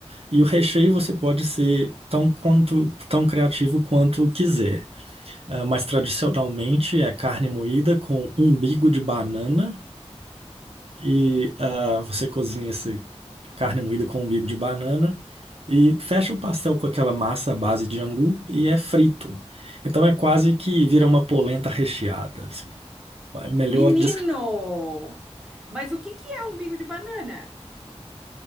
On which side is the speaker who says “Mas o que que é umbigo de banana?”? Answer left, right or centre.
Centre